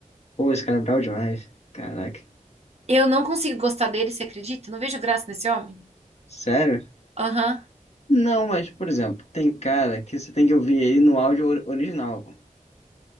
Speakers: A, on the left; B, on the right.
A: Pô, esse cara é brabo demais. Caraca.
B: Eu não consigo gostar dele, você acredita? Não vejo graça nesse homem.
A: Sério?
B: Aham,
A: Não, mas, por exemplo, tem cara que você tem que ouvir ele no áudio or- original. pô.